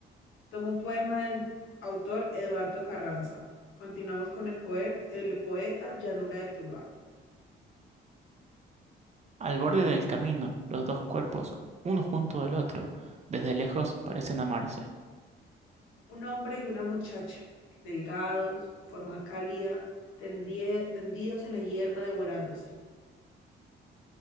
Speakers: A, on the left; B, on the right.
A: Tomo un poema del autor Eduardo Carranza. Continuamos con el, poe- el poeta Llanura de Tuluá.
B: Al borde del camino, los dos cuerpos, uno junto del otro, desde lejos parecen amarse.
A: un hombre y una muchacha, delgados, forma cálida, tendie- tendidos en la hierba devorándose.